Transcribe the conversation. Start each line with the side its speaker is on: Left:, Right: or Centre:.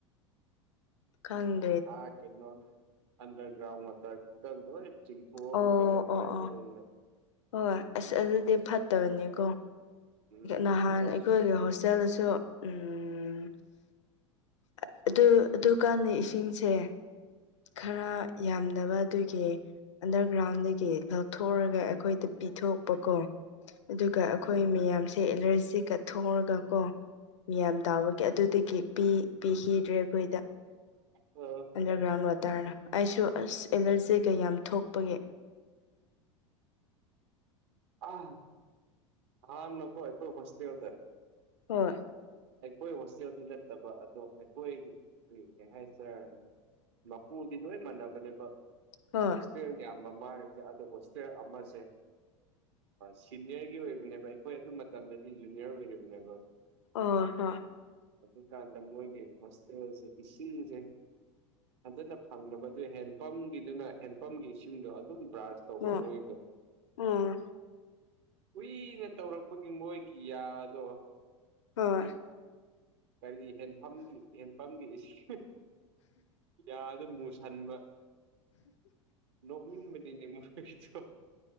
Left: ꯈꯪ
Right: ꯑ ꯀꯩꯅꯣ ꯑꯟꯗꯔꯒ꯭ꯔꯥꯎꯟ <unintelligible> ꯆꯤꯡꯊꯣꯛꯑꯒ
Left: ꯑꯣ
Right: ꯀꯩꯅꯣ ꯄꯥꯏꯕꯅꯤꯅ
Left: ꯑꯣ ꯑꯣ ꯍꯣꯏ ꯑꯁ ꯑꯗꯨꯗꯤ ꯐꯠꯇꯕꯅꯤꯀꯣ
Right: ꯎꯝ
Left: ꯅꯍꯥꯟ
Right: ꯀꯩ ꯍꯥꯏꯁꯤ
Left: ꯑꯩꯈꯣꯏꯒꯤ ꯍꯣꯁꯇꯦꯜꯗꯁꯨ ꯎꯝ ꯑ ꯑꯗꯨ ꯑꯗꯨꯀꯥꯟꯅꯩ ꯏꯁꯤꯡꯁꯦ ꯈꯔ ꯌꯥꯝ ꯗꯕ ꯑꯗꯨꯏꯒꯤ ꯑꯟꯗꯔꯒ꯭ꯔꯥꯎꯟꯗꯒꯤ ꯂꯧꯊꯣꯔꯑꯒ ꯑꯈꯣꯏꯗ ꯄꯤꯊꯣꯛꯄ ꯀꯣ꯫ ꯑꯗꯨꯒ ꯑꯩꯈꯣꯏ ꯃꯌꯥꯝꯁꯦ ꯑꯦꯂꯔꯖꯤ ꯀꯠꯊꯣꯛꯔꯒ ꯀꯣ ꯃꯤꯌꯥꯝ ꯇꯥꯕꯒꯤ ꯑꯗꯨꯗꯒꯤ ꯄꯤ ꯄꯤꯈꯤꯗ꯭ꯔꯦ ꯑꯈꯣꯏꯗ
Right: ꯑꯣ
Left: ꯑꯟꯗꯔꯒ꯭ꯔꯥꯎꯟ ꯋꯥꯇꯔꯅ ꯑꯩꯁꯨ ꯑꯁ ꯑꯦꯂꯔꯖꯤ ꯀꯩ ꯌꯥꯝ ꯊꯣꯛꯄꯒꯤ
Right: ꯑ ꯍꯥ ꯅꯀꯣ ꯑꯩꯈꯣꯏ ꯍꯁ ꯑꯣꯏꯗꯔ
Left: ꯍꯣꯏ
Right: ꯑꯩꯈꯣꯏ ꯍꯣꯁꯇꯦꯜꯗꯨ ꯅꯠꯇꯕ ꯑꯗꯣ ꯑꯩꯈꯣꯏ ꯀꯔꯤ ꯀꯩ ꯍꯥꯏꯁꯦꯔꯥ ꯃꯄꯨꯗꯤ ꯂꯣꯏ ꯃꯥꯟꯅꯕꯅꯦꯕ ꯄꯣꯁ-
Left: ꯍꯣꯏ
Right: ꯍꯣꯁꯇꯦꯜꯒꯤ ꯌꯥꯝꯃꯥꯃ ꯍꯥꯏꯔꯗꯤ ꯑꯗꯣ ꯍꯣꯁꯇꯦꯜ ꯑꯃꯁꯦ ꯁꯤꯅꯤꯌꯔꯒꯤ ꯑꯣꯏꯕ ꯗꯨꯅꯦꯕ ꯑꯩꯈꯣꯏ ꯑꯗꯨ ꯃꯇꯝꯗꯗꯤ ꯖꯨꯅꯤꯌꯔ ꯑꯣꯏꯔꯤꯕꯅꯦꯕ
Left: ꯑꯣ ꯍꯣꯏ
Right: ꯑꯗꯨꯀꯥꯟꯗ ꯃꯣꯏꯒꯤ ꯃꯣꯁꯇꯦꯜꯁꯦ ꯏꯁꯤꯡꯁꯦ ꯐꯟꯖꯅ ꯐꯪꯗꯕ ꯑꯗꯨ ꯍꯦꯟꯄꯝꯒꯤꯗꯨꯅ ꯍꯦꯟꯄꯝꯒꯤ ꯏꯁꯤꯡꯗꯣ ꯑꯗꯨꯝ ꯕ꯭ꯔꯥꯟꯥꯁ ꯇꯧꯕ
Left: ꯑꯣ
Right: ꯃꯣꯏꯗꯣ
Left: ꯑꯣ
Right: ꯀꯨꯏꯅ ꯇꯧꯔꯛꯄꯒꯤ ꯃꯣꯏꯒꯤ ꯌꯥꯗꯣ
Left: ꯍꯣꯏ
Right: ꯀꯔꯤ ꯍꯦꯟꯐꯝꯒꯤ ꯍꯦꯟꯐꯝꯒꯤ ꯏꯁꯤꯡ ꯌꯥꯗ ꯃꯨꯁꯟꯕ ꯅꯣꯛꯅꯤꯡ ꯃꯅꯤꯡꯦ ꯃꯩ ꯆ